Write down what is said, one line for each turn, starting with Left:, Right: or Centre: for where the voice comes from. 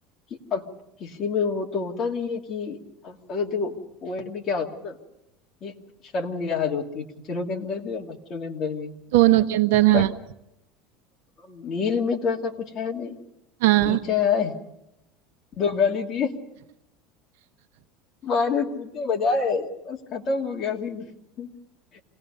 Left: कि अब किसी में वो तो होता नहीं है कि अब अगर देखो कोविड में क्या होता है ना ये शर्म लिहाज होती है टीचरों के अंदर भी और बच्चों के अंदर भी ठीक
Right: दोनों
Left: है
Right: के अंदर हाँ
Left: बट मील में तो ऐसा कुछ है नहीं
Right: हाँ
Left: टीचर आए दो गाली दिए मारे कूटे बजाए बस खत्म हो गया सीन <laughs>